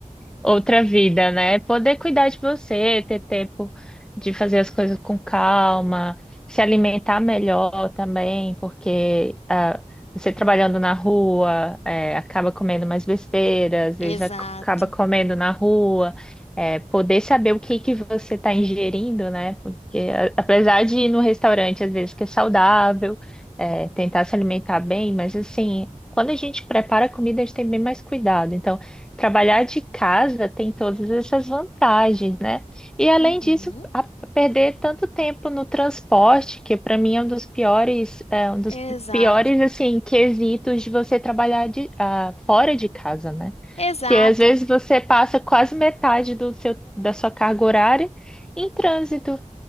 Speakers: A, in the centre; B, on the left (about 55°).
A: outra vida, né? Poder cuidar de você, ter tempo de fazer as coisas com calma, se alimentar melhor também, porque ah, você trabalhando na rua, eh, acaba comendo mais besteira, às vezes
B: Exato.
A: ac- acaba comendo na rua. eh, poder saber o que que você está ingerindo, né? Porque a- apesar de ir no restaurante, às vezes que é saudável, eh, tentar se alimentar bem, mas assim, quando a gente prepara a comida, a gente tem bem mais cuidado. Então, Trabalhar de casa tem todas essas vantagens, né? E além
B: Uhum,
A: disso, a- perder tanto tempo no transporte, que para mim é um dos piores, é, um dos
B: Exato.
A: pi- piores assim quesitos de você trabalhar de, ah, fora de casa, né?
B: Exato.
A: Porque às vezes você passa quase metade do seu, da sua carga horária em trânsito.